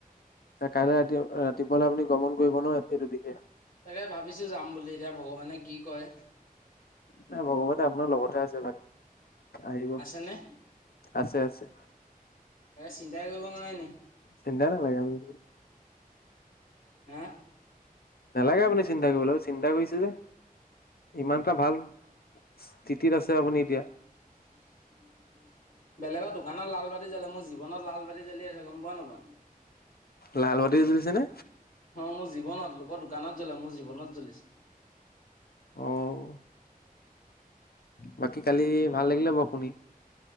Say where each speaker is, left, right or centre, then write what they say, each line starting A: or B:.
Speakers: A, on the left; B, on the left.
A: কাইলৈ ৰাতি ৰাতিপুৱালৈ আপুনি গমন কৰিব ন এইটো দি
B: তাকে ভাবিছো যাম বুলি এতিয়া ভগৱানে কি কয়।
A: নাই ভগৱানে আপোনাৰ লগতহে আছে আহিব
B: আছেনে
A: আছে, আছে।
B: এই চিন্তা কৰিব নালাই নি
A: চিন্ধ নালাগে মো
B: হা।
A: নালাগে আপুনি চিন্তা কৰিব লাগিব চিন্তা কৰিছে যে ইমান এটা ভাল স্থিতিত আছে আপুনি এতিয়া।
B: <inaudible> বেলেগৰ দোকানত লাল বাতি জ্বলে মোৰ জীৱনত লাল বাতি জ্বলি আছে গম পোৱা নাপোৱা।
A: লাল বাতি জ্বলিছে নে।
B: অ', মোৰ জীৱনত লোকৰ দোকানত জ্বলে মোৰ জীৱনত জ্বলিছে।
A: অ', বাকী কালি ভাল লাগিলে বাৰু শুনি।